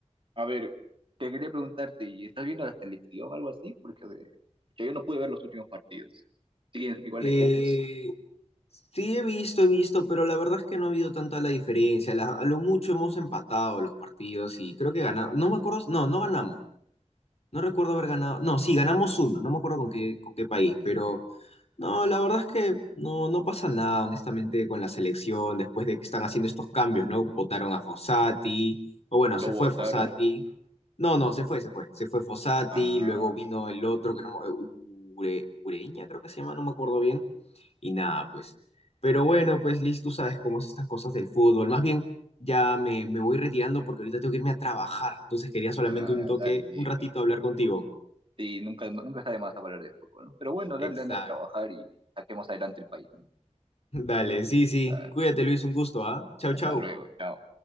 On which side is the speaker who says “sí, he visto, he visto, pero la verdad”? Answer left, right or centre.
Left